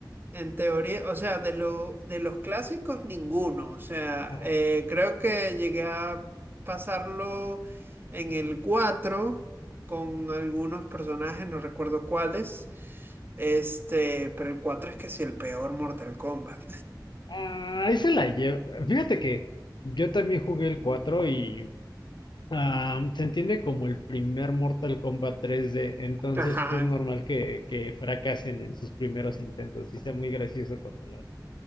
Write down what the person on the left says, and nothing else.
Ajá.
Ah, ahí se la llevo. Fíjate que yo también jugué el cuatro y. Ah, se entiende como el primer Mortal Kombat 3D, entonces
pues, es normal que, que fracasen en sus primeros intentos y sea muy gracioso cuando lo hacen.